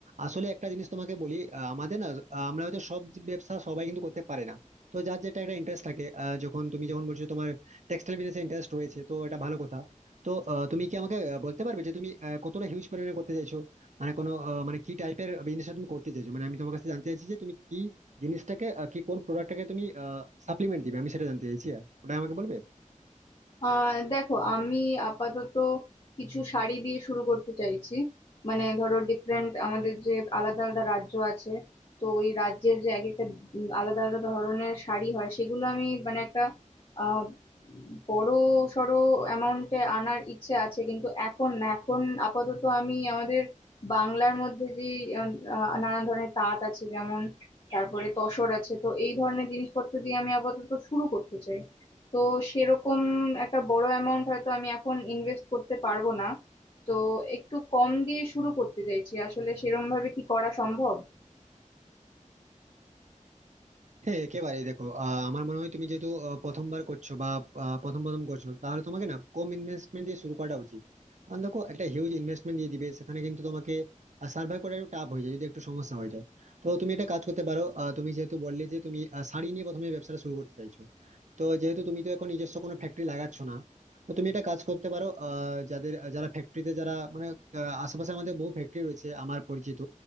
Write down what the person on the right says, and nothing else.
আসলে একটা জিনিস তোমাকে বলি আহ, আমাদের না আহ, আমরা হয়তো সব যে ব্যবসা সবাই কিন্তু করতে পারে না তো যার যেটা একটা ইন্টারেস্ট থাকে আহ, যখন তুমি যখন বলছো তোমার টেক্সটাইল বিজনেসে ইন্টারেস্ট রয়েছে তো এটা ভালো কথা তো আহ, তুমি কি আমাকে আহ, বলতে পারবে যে তুমি আহ, কতটা হিউজ পরিমাণে করতে চাইছো মানে কোনো আহ, মানে কি টাইপের বিজনেসটা তুমি করতে চাইছো মানে আমি তোমার কাছে জানতে চাইছি যে তুমি কি জিনিসটাকে আহ, কি কোন প্রোডাক্টটাকে তুমি সাপ্লিমেন্ট দিবে আমি সেটা জানতে চাইছি আর ওটা আমাকে বলবে
হ্যাঁ একেবারেই দেখো আহ, আমার মনে হয় তুমি যেহেতু আহ, প্রথমবার করছো বা আহ, প্রথম প্রথম করছো তাহলে তোমাকে না কম ইনভেস্টমেন্ট দিয়ে শুরু করাটা উচিত কারণ দেখো একটা হিউজ ইনভেস্টমেন্ট দিয়ে দিবে সেখানে কিন্তু তোমাকে সার্ভাইভ করা একটু টাফ হয়ে যায় যদি একটু সমস্যা হয়ে যায় তো তুমি একটা কাজ করতে পারো আহ, তুমি যেহেতু বললে যে তুমি আহ, শাড়ি নিয়ে প্রথমে ব্যবসাটা শুরু করতে চাইছো তো যেহেতু তুমি তো এখন নিজস্ব কোনো ফ্যাক্টরি লাগাচ্ছ না তো তুমি একটা কাজ করতে পারো আহ, যাদের যারা ফ্যাক্টরিতে যারা মানে আহ, আশেপাশে আমাদের বহু ফ্যাক্টরি রয়েছে আমার পরিচিত